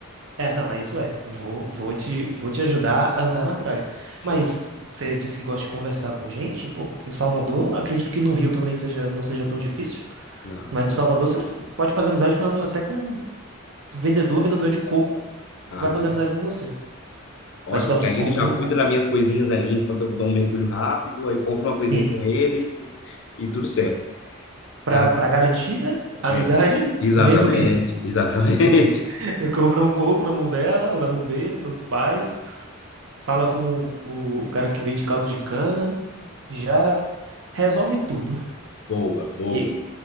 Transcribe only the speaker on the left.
Show.
Não.
Ah,
não.
Ótimo,
porque
aí ele já
cuida
das minhas coisinhas ali enquanto eu dou um mergulho rápido, aí compro uma coisinha
com ele e tudo certo.
Cara,
é,
cara. Exatamente,
exatamente.
<laughs> Boa, boa.